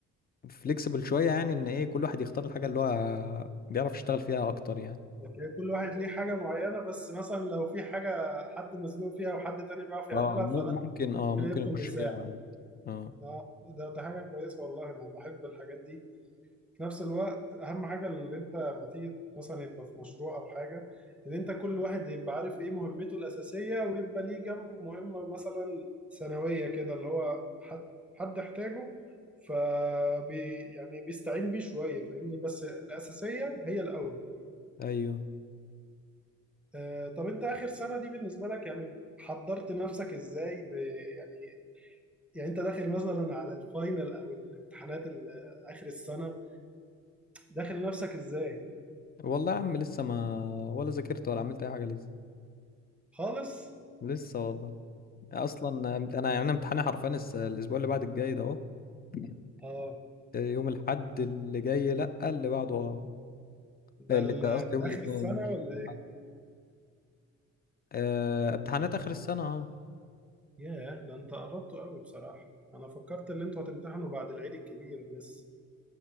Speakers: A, on the left (about 30°); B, in the centre.
A: فليكسبل شوية يعني ان ايه كل واحد يختار الحاجة اللي هو بيعرف يشتغل فيها اكتر يعني
B: لكن كل واحد ليه حاجة معينة بس مثلا لو في حاجة حد مزنوق فيها وحد تاني بيعرف يعملها
A: اه م-
B: فلا
A: ممكن اه ممكن
B: يدخل
A: يخش
B: يساعد
A: فيها عادي اه
B: اه ده ده حاجة كويسة والله انا بحب الحاجات دي في نفس الوقت اهم حاجه اللي انت لما تيجي مثلا يبقى في مشروع او حاجه ان انت كل واحد يبقى عارف ايه مهمته الاساسيه ويبقى ليه جنبه مهمه مثلا ثانويه كده اللي هو حد حد احتاجه فبي يعني بيستعين بيه شويه فاهمني بس الاساسيه هي الاول
A: ايوه
B: آه طب انت اخر سنه دي بالنسبه لك يعني حضرت نفسك ازاي ب يعني يعني انت داخل مثلا على الفاينل او الامتحانات ال- اخر السنه داخل نفسك ازاي
A: والله يا عم لسه ما ولا ذاكرت ولا عملت اي حاجة لسه
B: خالص
A: لسه والله اصلا انا يعني انا امتحاني حرفيا الس- الاسبوع اللي بعد الجاي ده اهو <laughs>
B: اه
A: يوم الاحد اللي جاي لا اللي بعده اه
B: ده
A: اللي
B: ال-
A: ده قصدي يوم الاثنين
B: آخر السنة
A: مش
B: ولا
A: الاحد
B: إيه؟
A: آه، امتحانات اخر السنه اه
B: ياه ده أنت قربته قوي بصراحة أنا فكرت إن أنتوا هتمتحنوا بعد العيد الكبير لسه